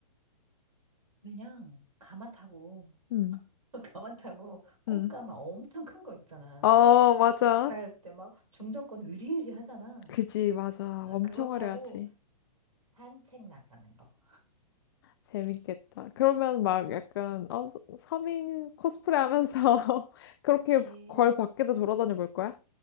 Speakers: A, on the right; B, on the left.
A: 그냥 가마 타고
B: 응.
A: <laughs> 가마 타고 꽃가마
B: 응.
A: 엄청 큰 거 있잖아.
B: 어, 맞아.
A: 갈 때 막 중정권 으리으리 하잖아.
B: 그지, 맞아.
A: 아,
B: 엄청
A: 그거 타고
B: 화려하지.
A: 산책 나가는 거.
B: 재밌겠다. 그러면 막
A: 음,
B: 약간, 어, 서민 코스프레 하면서 <laughs> 그렇게
A: 그치.
B: 걸 밖에도 돌아다녀 볼 거야?